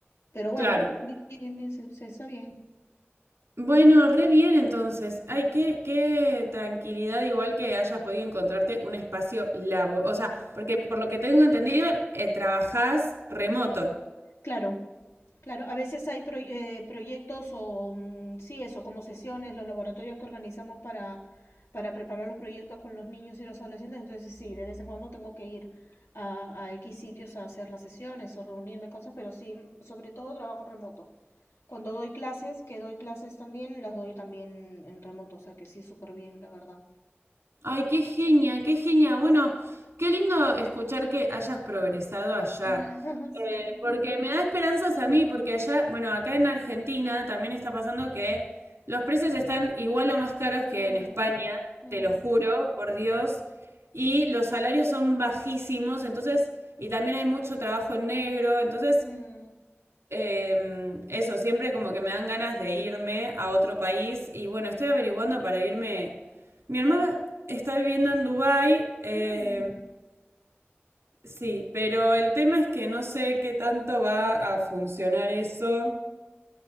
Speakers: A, on the left; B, on the right.
A: Pero bueno,
B: Claro.
A: bi- bi- bi- se, se está bien.
B: Bueno, re bien entonces. Ay, qué, qué tranquilidad igual que hayas podido encontrarte un espacio labo. O sea, porque por lo que tengo entendido, eh, trabajás remoto.
A: Claro, claro. A veces hay pro- eh, proyectos o, mm, sí, eso, como sesiones, los laboratorios que organizamos para, para preparar los proyectos con los niños y los adolescentes. Entonces, sí, de vez en cuando tengo que ir a, a X sitios a hacer las sesiones o reunirme cosas, pero sí, mm, sobre todo trabajo remoto. Cuando doy clases, que doy clases también, las doy también en remoto, o sea que sí, súper bien, la verdad.
B: Ay, qué genia, qué genia. Bueno, qué lindo escuchar que hayas progresado allá.
A: <laughs> Sí.
B: Eh, porque me da esperanzas a mí, porque allá, bueno, acá en Argentina también está pasando que los precios están igual o más caros que
A: Mm,
B: en España,
A: mm,
B: te lo juro, por Dios, y los salarios son bajísimos, entonces, y también hay mucho trabajo en negro, entonces
A: mm,
B: Em, eso, siempre como que me dan ganas de irme a otro país y bueno, estoy averiguando para irme. Mi hermana está viviendo en Dubái, em,
A: mm.
B: sí, pero el tema es que no sé qué tanto va a funcionar eso.